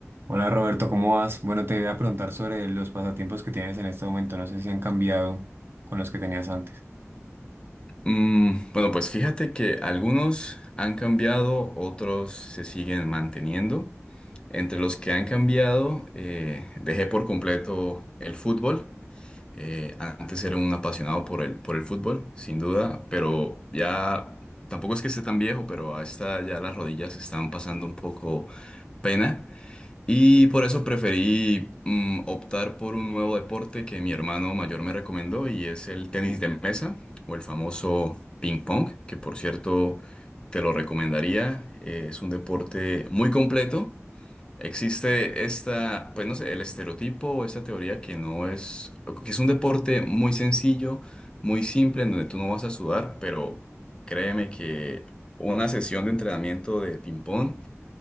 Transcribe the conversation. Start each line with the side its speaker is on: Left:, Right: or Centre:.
Right: Hola Roberto, ¿cómo vas? Bueno, te voy a preguntar sobre los pasatiempos que tienes en este momento. No sé si han cambiado con los que tenías antes.
Left: Mm, bueno, pues fíjate que algunos han cambiado, otros se siguen manteniendo. Entre los que han cambiado, eh, dejé por completo el fútbol. Eh, antes era un apasionado por el, por el fútbol, sin duda, pero ya tampoco es que esté tan viejo, pero a esta ya las rodillas están pasando un poco pena. Y por eso preferí mm, optar por un nuevo deporte que mi hermano mayor me recomendó y es el tenis de mesa o el famoso ping pong, que por cierto te lo recomendaría. Eh, es un deporte muy completo. Existe esta, pues no sé, el estereotipo o esta teoría que no es, que es un deporte muy sencillo, muy simple, en donde tú no vas a sudar, pero créeme que una sesión de entrenamiento de ping pong